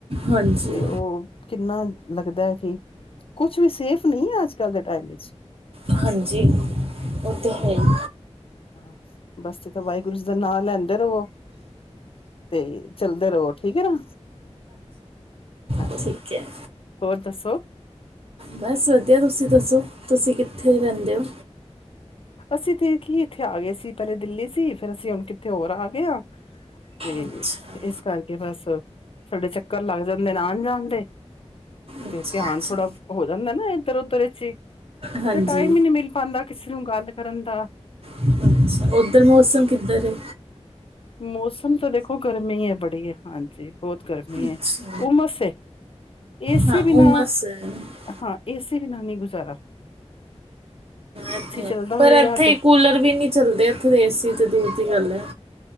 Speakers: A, on the right; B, on the left.
A: ਹਾਂਜੀ
B: ਤੇ ਉਹ ਕਿੰਨਾ ਲੱਗਦਾ ਐ ਕਿ ਕੁਛ ਵੀ ਸੇਫ ਨਹੀਂ ਐ ਅੱਜ-ਕੱਲ ਦੇ ਟਾਈਮ ਵਿੱਚ
A: ਹਾਂਜੀ ਉਹ ਤੇ
B: ਹਾਂ
A: ਹੈ ਈ
B: ਹਾਂ, ਬਸ ਚ ਤਾਂ ਵਾਹਿਗੁਰੂ ਜੀ ਦਾ ਨਾਂ ਲੈਂਦੇ ਰਵੋ ਤੇ ਚਲਦੇ ਰਵੋ ਠੀਕ ਐ ਨਾ ਹਾਂਜੀ
A: ਤੁਸੀ ਠੀਕ ਕੇਹਾ ਐ।
B: ਹੋਰ ਦੱਸੋ‌
A: ਬਸ ਵਧੀਆ ਤੁਸੀਂ ਦੱਸੋ, ਤੁਸੀਂ ਕਿੱਥੇ ਰਹਿੰਦੇ ਹੋ?
B: ਅਸੀਂ ਤੇ ਕੀ ਇੱਥੇ ਆ ਗਏ ਸੀ, ਪਹਿਲੇ ਦਿੱਲੀ ਸੀ ਫਿਰ ਅਸੀਂ ਹੁਣ ਕਿੱਥੇ ਹੋਰ ਆ ਗਏ। ਤੇ
A: ਅੱਛਾ
B: ਇਸ ਕਰਕੇ ਬਸ ਆ ਤੁਹਡੇ ਚੱਕਰ ਲੱਗ ਜਾਂਦੇ ਨਾ ਆਣ ਜਾਣ ਦੇ ਏ
A: ਅੱਛਾ
B: ਤੇ ਧਿਆਨ
A: ਅੱਛਾ
B: ਥੋੜਾ ਹੋ ਜਾਂਦਾ ਨਾ ਇੱਧਰ ਉਧਰ ਚ ਈ
A: ਹਾਂਜੀ
B: ਤੇ ਟਾਈਮ ਹੀ ਨਹੀਂ ਮਿਲ ਪਾਉਂਦਾ ਕਿਸੇ ਨੂੰ ਗੱਲ ਕਰਨ ਦਾ ਆ
A: ਅੱਛਾ ਆ ਉੱਧਰ ਮੌਸਮ ਕਿੱਧਰ ਏ
B: ਮੌਸਮ ਤੋ ਦੇਖੋ ਗਰਮੀ ਐ ਬੜੀ ਹਾਂਜੀ ਈ ਬਹੁਤ ਗਰਮੀ
A: ਅੱਛਾ
B: ਐ ਉਮਸ ਏ ਏ ਸੀ
A: ਹਾਂ
B: ਬਿਨਾਂ
A: ਉਮਸ ਹੈ ਹਾਂ,
B: ਆ ਏ ਸੀ ਵੀਨਾ ਨਹੀਂ ਗੁਜ਼ਾਰਾ ਆ
A: ਐਥੇ ਏ
B: ਚੱਲਦਾ
A: ਪਰ
B: ਹੋਏਗਾ
A: ਇੱਥੇ
B: ਤੇ
A: ਕੂਲਰ ਵੀ ਨੀ ਚੱਲਦੇ ਇੱਥੇ ਏ ਸੀ ਤੇ ਦੂਰ ਦੀ ਗੱਲ ਐ